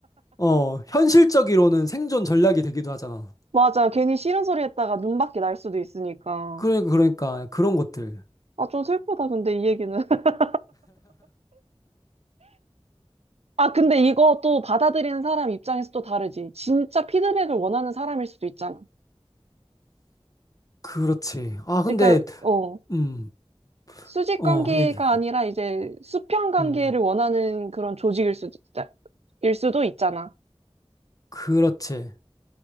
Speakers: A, on the left (about 35°); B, on the right (about 80°).
A: 어, 현실적으로는 생존 전략이 되기도 하잖아.
B: 맞아. 괜히 싫은 소리 했다가 눈밖에 날 수도 있으니까.
A: 그러니까 그러니까 그런 것들.
B: 아, 좀 슬프다, 근데 이 얘기는. <laughs> 아, 근데 이거 또 받아들이는 사람 입장에서 또 다르지. 진짜 피드백을 원하는 사람일 수도 있잖아.
A: 그렇지. 아 근데
B: 그러니까, 어,
A: 음.
B: 수직
A: 어,
B: 관계가
A: 얘기.
B: 아니라 이제 수평 관계를
A: 음.
B: 원하는 그런 조직일 수도 있다, 일 수도 있잖아.
A: 그렇지.